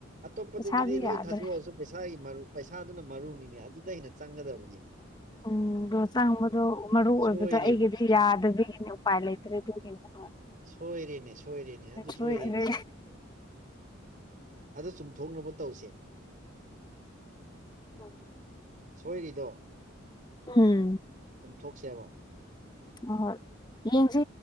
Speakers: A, on the right; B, on the left.
A: ꯑꯇꯣꯞꯄꯗꯗꯤ
B: ꯄꯩꯁꯥꯗꯤ
A: ꯂꯣꯏ
B: ꯌꯥꯗ꯭ꯔꯦ
A: ꯊꯥꯗꯣꯛꯑꯁꯨ ꯄꯩꯁꯥꯒꯤ ꯃꯔꯨ ꯄꯩꯁꯥꯗꯨꯅ ꯃꯔꯨꯅꯤꯅꯦ ꯑꯗꯨꯗ ꯑꯩꯅ ꯆꯪꯒꯗꯕꯅꯤꯅꯦ
B: ꯑꯣ ꯑꯗꯣ ꯆꯥꯡꯕꯗꯣ ꯃꯔꯨꯑꯣꯕꯗ
A: ꯁꯣꯏꯔꯦꯅꯦ
B: ꯑꯩꯒꯤꯗꯤ ꯌꯥꯗꯕꯤꯒꯤꯅꯤ ꯎꯄꯥꯏ ꯂꯩꯇ꯭ꯔꯦ ꯑꯗꯨꯒꯤꯅꯤ ꯍꯣꯏ
A: ꯁꯣꯏꯔꯤꯅꯦ ꯁꯣꯏꯔꯅꯦ ꯑꯗꯨ
B: ꯁꯣꯏꯈ꯭ꯔꯦ
A: ꯁꯣꯏꯔꯦꯅꯦ ꯑꯗ ꯆꯨꯝꯊꯣꯛꯅꯕ ꯇꯧꯁꯦ
B: <unintelligible>
A: ꯁꯣꯏꯔꯤꯗꯣ
B: ꯎꯝ
A: ꯆꯨꯝꯊꯣꯛꯁꯦꯕ
B: ꯑ ꯍꯣꯏ ꯌꯦꯡꯁꯤ